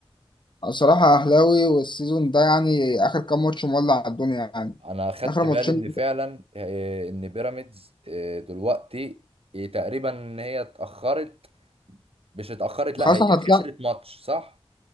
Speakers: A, on the left; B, on the right.
A: صراحة أهلاوي والسيزون ده يعني آخر كام ماتش مولع الدنيا يعني
B: أنا خدت
A: آخر
B: بالي
A: ماتشين
B: إن فعلا آه، إن بيراميدز آه، دلوقتي آه، تقريبا هي اتأخرت مش اتأخرت لأ
A: خلاص
B: هي
A: هتلاقي
B: خسرت ماتش صح؟